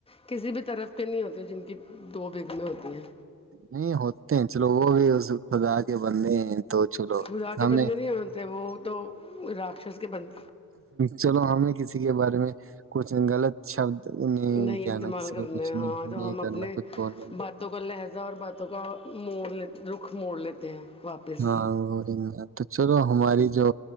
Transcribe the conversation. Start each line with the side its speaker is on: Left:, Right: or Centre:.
Left: کسی بھی طرف کے نہیں ہوتے جن کی دو بیگمیں ہوتی ہیں
Right: نہیں ہوتے ہیں چلو وہ وہ بھی اس خدا کے بند ہیں تو چلو
Left: خدا کے
Right: ہمیں
Left: بندے نہیں ہوتے وہ تو راکشس کے بند
Right: چلو ہمیں کسی کے بارے میں کچھ غلط شبد
Left: نہیں
Right: کہنا
Left: استعمال
Right: کسی
Left: کرنا
Right: کو کچھ
Left: ہیں
Right: نہیں
Left: ہاں تو
Right: نہیں
Left: ہم
Right: کرنا
Left: اپنے
Right: کچھ بولنا
Left: باتوں کا لہجہ اور باتوں کا مور لیتے رکھ موڑ لیتے ہیں واپس
Right: ہاںورن تو چلو ہماری جو